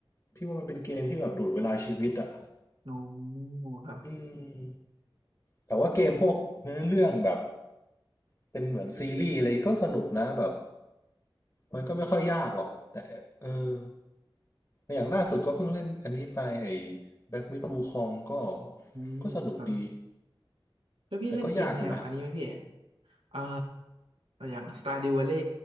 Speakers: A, on the left; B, on the right.
A: พี่ว่ามันเป็นเกมที่แบบดูดเวลาชีวิตอ่ะ
B: โอ้ครับ
A: อืม แต่ว่าเกมพวกเนื้อเรื่องแบบเป็นเหมือนซีรีส์อะไรก็สนุกนะแบบมันก็ไม่ค่อยยากหรอกแต่เอออย่างล่าสุดก็เพิ่งเล่นอันนี้ไปไอ้แบ็กมิดบูคองก็
B: โอ้
A: ก็สนุกดี
B: ครับแล้วพี่เล่นเกมแนวอันนี้ไหมพี่
A: แต่ก็ยากอยู่นะ
B: อ่าอย่าง Stardew Valley